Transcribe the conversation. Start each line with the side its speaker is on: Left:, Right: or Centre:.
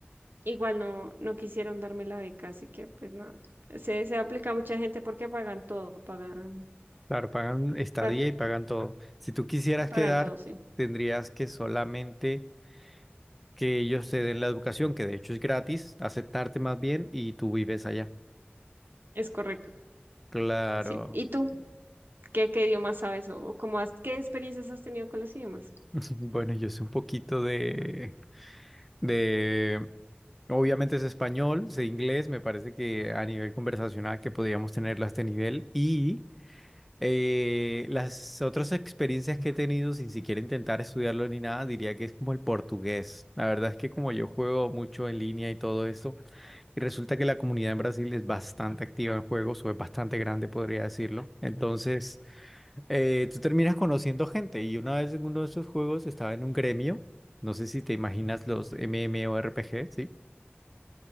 Right: igual no, no quisieron darme la beca, así que pues nada. Se, se aplica a mucha gente porque pagan todo, pagan,
Centre: Claro, pagan estadía
Right: pa-
Centre: y pagan todo. Si tú quisieras
Right: pagan
Centre: quedar,
Right: todo, sí.
Centre: tendrías que solamente que ellos te den la educación, que de hecho es gratis, aceptarte más bien y tú vives allá.
Right: Es correcto,
Centre: Claro.
Right: sí. ¿Y tú? ¿Qué, qué idiomas sabes o, o cómo has, qué experiencias has tenido con los idiomas?
Centre: <laughs> Bueno, yo sé un poquito de, de, obviamente es español, sé inglés, me parece que a nivel conversacional que podríamos tenerlo a este nivel y eh, las otras experiencias que he tenido sin siquiera intentar estudiarlo ni nada, diría que es como el portugués. La verdad es que como yo juego mucho en línea y todo esto, y resulta que la comunidad en Brasil es bastante activa en juegos o es bastante grande, podría decirlo. Entonces eh, tú terminas conociendo gente y una vez en uno de esos juegos estaba en un gremio, no sé si te imaginas los MMORPG, ¿sí?